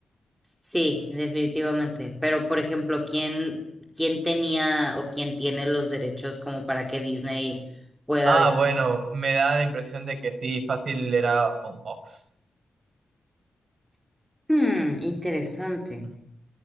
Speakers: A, in the centre; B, on the right.
A: Sí, definitivamente. Pero, por ejemplo, ¿quién, quién tenía o quién tiene los derechos como para que Disney pueda
B: Ah,
A: decir?
B: bueno, me da la impresión de que sí, fácil era con Fox.
A: Hmm, interesante.
B: Mm.